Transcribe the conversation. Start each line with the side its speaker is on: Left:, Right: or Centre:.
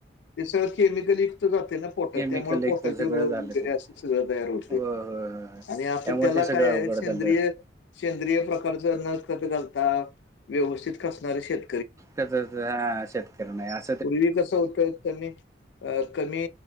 Left: ते सगळं केमिकल विकत जाते ना पोटात
Right: केमिकल
Left: त्यामुळे
Right: एक
Left: पोटा
Right: तर
Left: ग
Right: सगळं
Left: वगरे
Right: झालं ते
Left: अस स तयार हो
Right: होय होय होय होय
Left: आणि
Right: त्यामुळे
Left: त्याला
Right: ते सगळं
Left: काय
Right: अवघड
Left: सेंद्रिय
Right: झालतं.
Left: सेंद्रिय प्रकारच न खत घालता व्यवस्थित खासणारे शेत
Right: क हा शेतकऱ्यां नाही.
Left: पूर्वी कसं होतं त्यांनी कमी